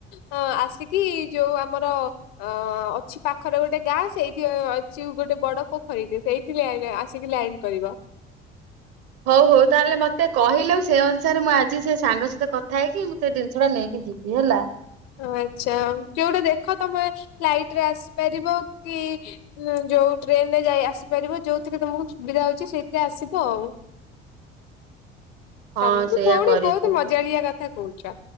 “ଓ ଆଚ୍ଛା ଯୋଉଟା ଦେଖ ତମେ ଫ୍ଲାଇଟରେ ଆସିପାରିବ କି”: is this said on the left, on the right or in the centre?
Left